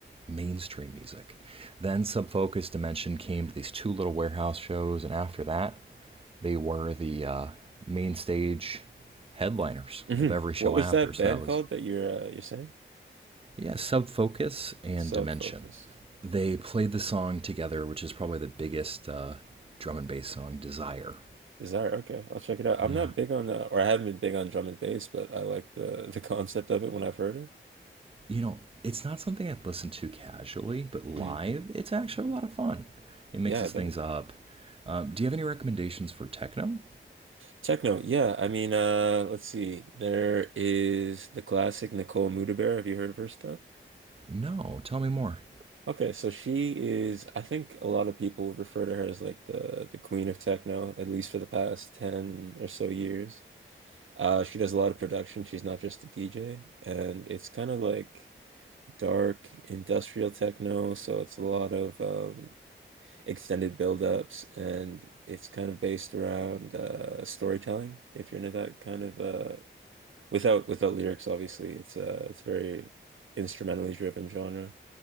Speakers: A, on the right; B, on the right.
A: mainstream music. Then Sub Focus Dimension came to these two little warehouse shows, and after that, they were the uh, main stage headliners
B: hmm
A: of every show
B: What was
A: after.
B: that
A: So
B: band
A: that was
B: called that you're uh, you're saying?
A: Yeah, Sub Focus and
B: Sub
A: Dimension.
B: Focus.
A: They played the song together, which is probably the biggest uh, drum and bass song, Desire.
B: Desire, okay. I'll check it out. I'm
A: Yeah.
B: not big on uh, or I haven't been big on drum and bass, but I like the <laughs> the concept of it when I've heard it.
A: You know, it's not something I've listened to casually, but live,
B: Mm.
A: it's actually a lot of fun. It mixes
B: Yeah, I bet.
A: things up. Um, do you have any recommendations for techno?
B: Techno, yeah. I mean, uh, let's see. There is the classic Nicole Mudaber. Have you heard of her stuff?
A: No, tell me more.
B: Okay, so she is, I think a lot of people would refer to her as like the the queen of techno, at least for the past 10 or so years. Uh, she does a lot of production. She's not just a DJ, and it's kind of like dark industrial techno, so it's a lot of um, extended build-ups, and it's kind of based around uh, storytelling. If you're into that kind of uh, without without lyrics, obviously, it's uh it's very instrumentally driven genre.